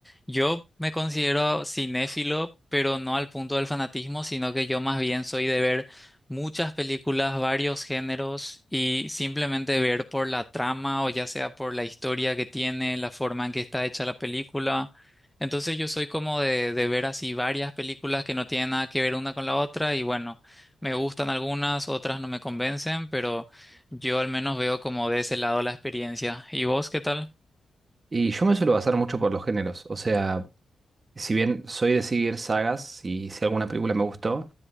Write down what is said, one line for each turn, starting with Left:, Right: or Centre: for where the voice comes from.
Centre: yo me considero cinéfilo, pero no al punto del fanatismo, sino que yo más bien soy de ver muchas películas, varios géneros y simplemente ver por la trama o ya sea por la historia que tiene, la forma en que está hecha la película. Entonces yo soy como de, de ver así varias películas que no tienen nada que ver una con la otra y bueno. Me gustan algunas, otras no me convencen, pero yo al menos veo como de ese lado la experiencia. ¿Y vos qué tal?
Right: Y yo me suelo basar mucho por los géneros. O sea, si bien soy de seguir sagas y si alguna película me gustó,